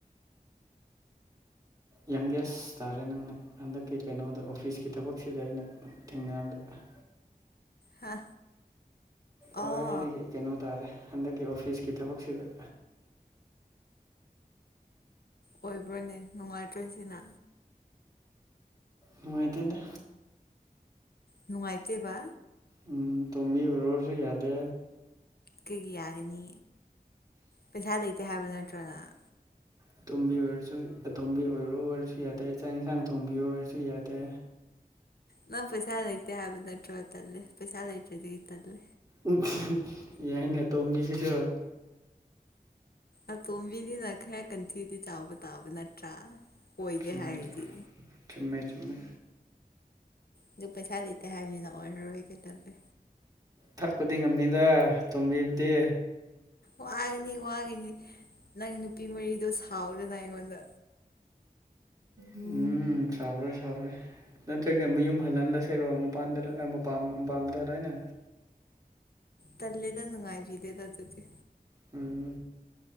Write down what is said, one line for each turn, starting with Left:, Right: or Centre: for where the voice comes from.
Right: ꯌꯪꯒꯦꯁ ꯇꯥꯔꯦ ꯅꯪꯅ ꯍꯟꯗꯛꯀꯤ ꯀꯩꯅꯣꯗ ꯑꯣꯐꯤꯁꯀꯤ ꯊꯕꯛꯁꯤꯗ ꯑꯩꯅ ꯊꯦꯡꯅꯕꯗ
Left: ꯍꯥ
Right: ꯈ꯭ꯋꯥꯏꯗꯒꯤ
Left: ꯑꯣ
Right: ꯀꯩꯅꯣ ꯇꯥꯔꯦ ꯍꯟꯗꯛꯀꯤ ꯑꯣꯐꯤꯁꯀꯤ ꯊꯕꯛꯁꯤꯗ
Left: ꯑꯣꯏꯕ꯭ꯔꯣꯅꯦ ꯅꯨꯡꯉꯥꯏꯇ꯭ꯔꯣ ꯁꯤꯅ
Right: ꯅꯨꯡꯉꯥꯏꯇꯦꯗ
Left: ꯅꯨꯡꯉꯥꯏꯇꯦꯕꯥ
Right: ꯎꯝ ꯇꯣꯝꯕꯤ ꯑꯣꯏꯔꯣꯁꯨ ꯌꯥꯗꯦ
Left: ꯀꯩꯒꯤ ꯌꯥꯒꯅꯤ ꯄꯩꯁꯥ ꯂꯩꯇꯦ ꯍꯥꯏꯕ ꯅꯠꯇ꯭ꯔꯣ ꯅꯪ
Right: ꯑꯇꯣꯝꯕꯤ ꯑꯣꯏꯔꯁꯨ ꯑꯇꯣꯝꯕꯤ ꯑꯣꯏꯔꯣ ꯍꯥꯏꯔꯁꯨ ꯌꯥꯗꯦ ꯆꯥꯛ ꯏꯟꯁꯥꯡ ꯊꯣꯡꯕꯤꯌꯨ ꯍꯥꯏꯔꯁꯨ ꯌꯥꯗꯦ
Left: ꯅꯪ ꯄꯩꯁꯥ ꯂꯩꯇꯦ ꯍꯥꯏꯕ ꯅꯠꯇ꯭ꯔꯣ ꯇꯜꯂꯦ ꯄꯩꯁꯥ ꯂꯩꯇ꯭ꯔꯗꯤ ꯇꯜꯂꯦ
Right: ꯎꯝ ꯌꯥꯏꯅꯦ ꯑꯇꯣꯝꯕꯤꯁꯤꯁꯨ
Left: ꯑꯇꯣꯝꯕꯤꯅꯤꯅ ꯈꯔ ꯀꯟꯊꯤꯗꯤ ꯆꯥꯎꯕ ꯇꯥꯕ ꯅꯠꯇ꯭ꯔꯥ ꯑꯣꯏꯒꯦ
Right: ꯆꯨꯝꯃꯦ
Left: ꯍꯥꯏꯔꯗꯤ
Right: ꯆꯨ ꯆꯨꯝꯃꯦ ꯆꯨꯝꯃꯦ
Left: ꯑꯗꯨ ꯄꯩꯁꯥ ꯂꯩꯇꯦ ꯍꯥꯏꯕꯅꯤꯅ ꯑꯣꯏꯔꯔꯣꯏꯒꯦ ꯇꯜꯂꯦ
Right: ꯊꯛꯄꯗꯤ ꯉꯝꯅꯤꯗ ꯇꯣꯝꯕꯤꯕꯨꯗꯤ
Left: ꯋꯥꯒꯅꯤ ꯋꯥꯒꯅꯤ ꯅꯪ ꯅꯨꯄꯤ ꯃꯔꯤꯗꯣ ꯁꯥꯎꯗꯅ ꯑꯩꯉꯣꯟꯗ
Right: ꯎꯝ ꯁꯥꯎꯔꯣꯏ ꯁꯥꯎꯔꯣꯏ ꯅꯠꯇ꯭ꯔꯒ ꯃꯌꯨꯝ ꯍꯜꯍꯟꯂꯁꯦꯔꯣ ꯑꯃꯨꯛ ꯄꯥꯟꯗ ꯑ ꯃꯄꯥꯝ ꯃꯄꯥꯝꯗ ꯂꯣꯏꯅ
Left: ꯇꯜꯂꯦꯗ ꯅꯨꯡꯉꯥꯏꯕꯤꯗꯦꯗ ꯗꯨꯗꯤ
Right: ꯎꯝ